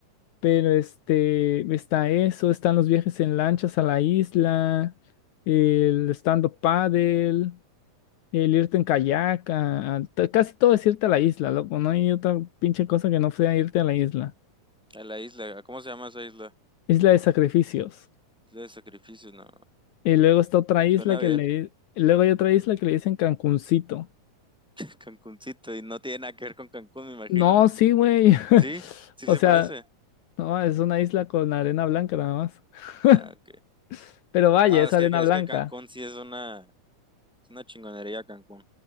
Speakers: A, on the left (about 75°); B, in the centre.
A: Pero este, está eso, están los viajes en lanchas a la isla, el estando up paddle, el irte en kayak, a- a- t- casi todo es irte a la isla, loco, no hay otra pinche cosa que no sea irte a la isla.
B: A la isla, ¿cómo se llama esa isla?
A: Isla de sacrificios.
B: Isla de sacrificios, no.
A: Y luego está otra isla
B: Suena
A: que
B: bien.
A: le, luego hay otra isla que le dicen Cancuncito.
B: <laughs> Cancuncito, y no tiene nada que ver con Cancún, me imagino,
A: No,
B: ¿no?
A: sí, güey. <laughs>
B: Sí, sí
A: O
B: se
A: sea,
B: parece.
A: no, es una isla con arena blanca nada más.
B: Ah,
A: <laughs>
B: ok.
A: Pero vaya,
B: Ah,
A: es
B: es
A: arena
B: que,
A: blanca.
B: es que Cancún sí es una, es una chingonería Cancún.